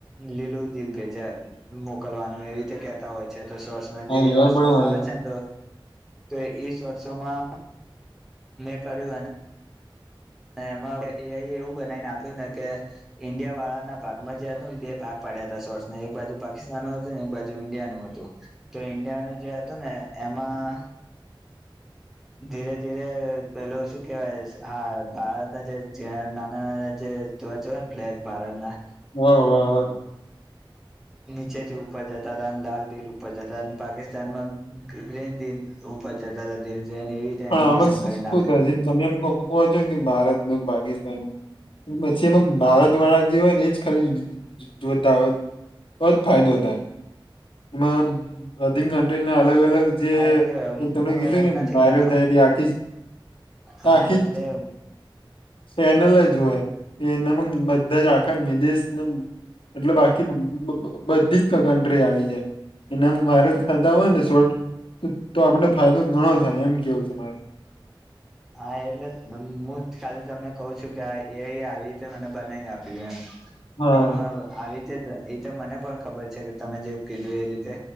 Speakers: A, in the centre; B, on the left.
A: લીલું દિલ ભેજા મોકલવાનું એ રીતે કેતા હોય છે સોર્સમાં
B: હા
A: એવા
B: પણ
A: સોર્સ
B: હોય
A: આવે છે ન તો તો ઈસ વર્ષોમાં મેં કર્યુ અને એમાં એ આઇ એવું બનાવીને આપ્યું ને કે ઈન્ડિયા વાળા ના ભાગમાં જે હતું ને બે ભાગ પડ્યા દસ વર્ષ ના એક બાજુ પાકિસ્તાન ન હતુંને એક બાજુ ઈન્ડિયા નું હતું તો ઈન્ડિયાનું જે હતું ને એ માઁ. ધીરે, ધીરે પેલું શું કેવાય હા ભારતના જે નાના નાના જે. જોવા જો ને ફ્લેગ ભારત ના.
B: વાહ વાહ વાહ.
A: નીચેથી ઉપર જતા હતા અને લાલ દિલ ઉપર જતા અને પાકિસ્તાન માં ગ્રીન દિલ ઉપર જતાતા દિલ. જઈને એવી રીતે
B: પણ
A: એનિમેશન
B: આમાં શ
A: કરીને
B: શજી
A: આપ્યું હતું
B: તમે એમ કો કોવા છો ને ભારતનું કે પાકિસ્તાનનું. પછી એમાં
A: હા
B: ભારત વાળા જે હોય ને. એજ ખાલી જોતા હોત. તોજ ફાયદો થાય એમાં બધી કન્ટ્રીના અલગ અલગ. જે
A: હા એટલે હું
B: મં તને કીધું
A: એમ
B: કે
A: નથી
B: ભા
A: કેતો
B: રે. થ આખી
A: હા
B: આખી.
A: એટલે
B: ચેનલ અજોય કે એનામાં બધા જ આખા વિદેશ એટલે બાકી બધીજ કન્ટ્રી આવી જાય. એનામાં મારે જ થતા હોય ને શોટ તો આપડ ફાયદો ઘણો
A: હા
B: થાય એમ કેવું છે મારે.
A: હા એટલે હું ખાલી તમને કહું છું. કે એ આઇ આવી રીતે મને બનાવી આપ્યું એમ.
B: હા
A: હમ
B: હા.
A: આવી. એ તો મને પણ ખબર છે. કે તમે જે કીધું એ રીતે.